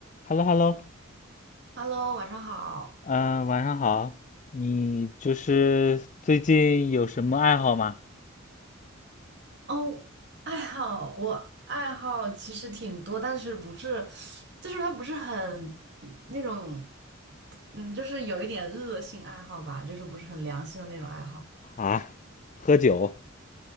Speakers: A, on the left (about 35°); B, on the right (about 55°).
A: h e l l o h e l l o
B: Hello，晚上好。
A: 嗯，晚上好。你就是最近有什么爱好吗？
B: 哦，爱好，我爱好其实挺多，但是不是，就是它不是很那种，嗯，就是有一点恶性爱好吧，就是不是很良心的那种爱好。
A: 啊，喝酒，